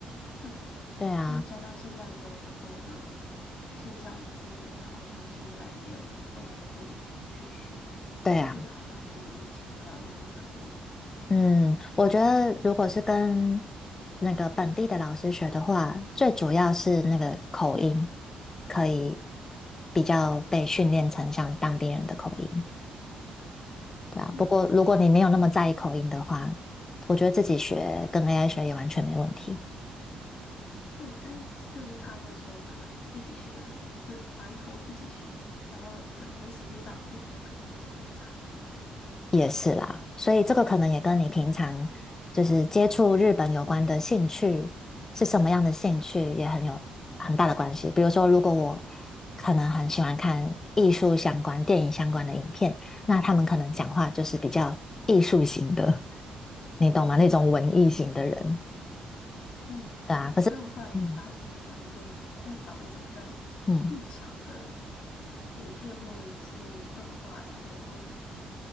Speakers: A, on the left (about 45°); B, on the left (about 20°).
A: 对，
B: 对啊，
A: 而且加上现在就有很多的线上的资源，然后像现在也有 AI 可以去学，
B: 对啊，
A: 就觉得好像比以前还要容易很多吧。
B: 嗯，我觉得如果是跟那个本地的老师学的话，最主要是那个口音可以比较被训练成像当地人的口音。对啊，
A: 嗯。
B: 不过如果你没有那么在意口音的话，我觉得自己学跟 AI 学也完全没问题。
A: 对，但是就是怕会说，可能自己学的是埋头自己学，然后可能跟实际上应用还是会有点差距。
B: 也是啦，所以这个可能也跟你平常就是接触日本有关的兴趣是什么样的兴趣也很有很大的关系。比如说，如果我可能很喜欢看艺术相关、电影相关的影片，那他们可能讲话就是比较艺术型的，你懂吗？那种文艺型的人，
A: 嗯，
B: 对啊。
A: 对，
B: 可是，
A: 所以我后来也发现要用那要找那种比较
B: 嗯嗯，
A: 日常的影片或者是动画，才能够